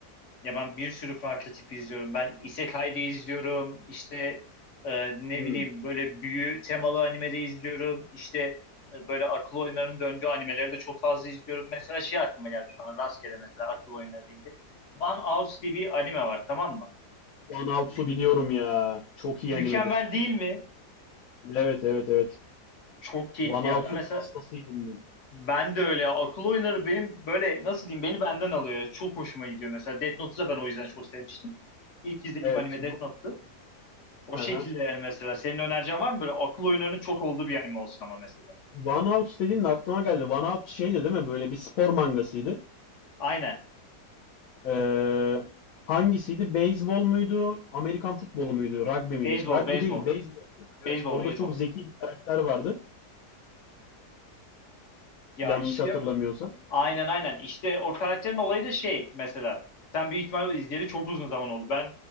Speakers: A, on the left; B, on the left.
A: Ya ben bir sürü farklı tipi izliyorum. Ben Isekai'de izliyorum. İşte e, ne
B: Hmm.
A: bileyim böyle büyü temalı animede izliyorum. İşte e, böyle akıl oyunlarının döndüğü animeleri de çok fazla izliyorum. Mesela şey aklıma geldi şu an rastgele mesela akıl oyunları deyince. One House diye bir anime var tamam mı?
B: One Outs'u
A: Mü-
B: biliyorum ya. Çok iyi
A: mükemmel
B: animedir.
A: değil mi?
B: Evet evet evet.
A: Çok keyifli
B: One
A: ya.
B: Outs'un
A: Ben mesela
B: hastasıydım ben.
A: ben de öyle ya. Akıl oyunları benim böyle nasıl diyeyim beni benden alıyor ya. Çok hoşuma gidiyor mesela. Death Note'u da ben o yüzden çok sevmiştim. İlk izlediğim
B: Evet.
A: anime
B: w-
A: Death Note'tu. O
B: Hı
A: şekilde
B: hı.
A: yani mesela. Senin önereceğin var mı böyle akıl oyunlarının çok olduğu bir anime olsun ama mesela.
B: One Outs dediğin aklıma geldi. One Outs şeydi değil mi? Böyle bir spor mangasıydı.
A: Aynen.
B: Ee, hangisiydi? Beyzbol muydu? Amerikan futbolu muydu? Rugby miydi?
A: Beyzbol,
B: Rugby
A: beyzbol.
B: değil, beyzboldu değil mi?
A: Beyzbol,
B: Evet. Orada
A: beyzbol.
B: çok zeki bir karakter vardı.
A: Ya
B: Yanlış
A: işte
B: hatırlamıyorsam.
A: Aynen aynen. İşte o karakterin olayı da şey mesela. Sen büyük ihtimalle izleyeli çok uzun zaman oldu. Ben